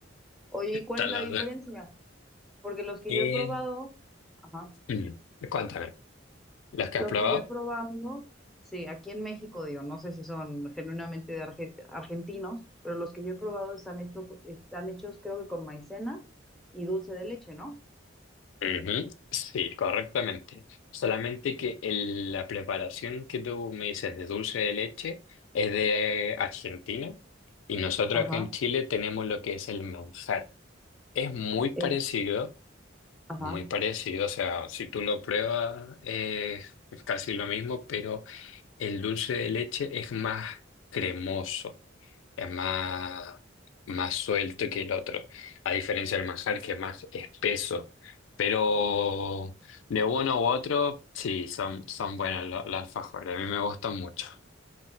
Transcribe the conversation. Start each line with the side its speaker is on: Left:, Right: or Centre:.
Centre: Oye, ¿y cuál
Left: Taladrar.
Centre: es la diferencia? Porque los que
Left: Eh,
Centre: yo he probado, ajá,
Left: mm, cuéntame, ¿las que has
Centre: los
Left: probado?
Centre: que yo he probado, sí, aquí en México, digo, no sé si son genuinamente de arge- argentinos, pero los que yo he probado están hechos, están hechos creo que con maicena y dulce de leche, ¿no?
Left: Ujú, Sí, correctamente. Solamente que el- la preparación que tú me dices de dulce de leche es de Argentina y nosotros
Centre: Ajá,
Left: acá en Chile tenemos lo que es el manjar. Es muy parecido,
Centre: el, ajá.
Left: muy parecido, o sea, si tú lo pruebas eh, es casi lo mismo, pero el dulce de leche es más cremoso. es más, más suelto que el otro, a diferencia del manjar que es más espeso. Pero de uno u otro, sí, son, son buenos lo- los, alfajores, a mí me gustan mucho.